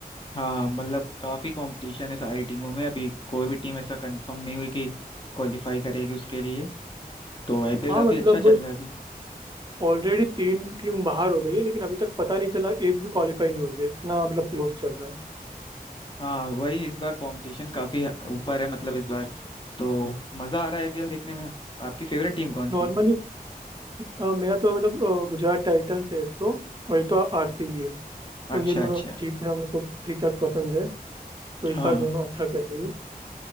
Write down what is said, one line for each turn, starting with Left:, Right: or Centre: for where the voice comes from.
Left: हाँ मतलब काफी कंपटीशन है सारी टीमों में अभी कोई भी टीम ऐसा कंफर्म नहीं हुई कि क्वालिफाई करेगी उसके लिए तो आईपीएल
Right: हाँ
Left: काफी
Right: मतलब
Left: अच्छा चल रहा है अभी
Right: ऑलरेडी तीन टीम बाहर हो गई है लेकिन अभी तक पता नहीं चला एक भी क्वालिफाई नहीं हुई है इतना मतलब क्लोज चल रहा है
Left: हाँ वही इस बार कंपटीशन काफी ह- ऊपर है मतलब इस बार तो मजा आ रहा है आईपीएल देखने में आपकी फेवरेट टीम कौन सी
Right: नॉर्मली
Left: है?
Right: मेरा तो मतलब अ, गुजरात टाइटंस है एक तो और एक तो आरसीबी है तो
Left: अच्छा
Right: ये दोनों
Left: अच्छा
Right: ठीक है मेरे को ठीक ठाक पसंद है तो इस
Left: हाँ
Right: बार दोनों अच्छा कर रही है